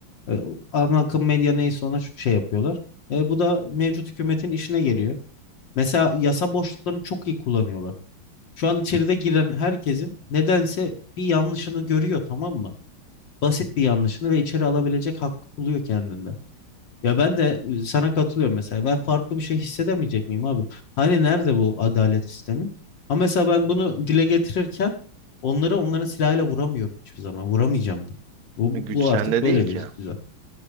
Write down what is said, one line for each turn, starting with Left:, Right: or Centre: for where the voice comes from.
Left: E, ana akım medya neyse ona şu şey yapıyorlar. E, bu da mevcut hükümetin işine geliyor. Mesela yasa boşluklarını çok iyi kullanıyorlar. Şu an içeride giren herkesin nedense bir yanlışını görüyor tamam mı? basit bir yanlışını ve içeri alabilecek hakkı buluyor kendinde. Ya ben de ıı, sana katılıyorum mesela. Ben farklı bir şey hissedemeyecek miyim abi? Hani nerede bu adalet sistemi? Ama mesela ben bunu dile getirirken onları onların silahıyla vuramıyorum hiçbir zaman. Vuramayacağım da. Bu,
Right: Güç
Left: bu
Right: sende
Left: artık böyle
Right: değil ki.
Left: bir düzen.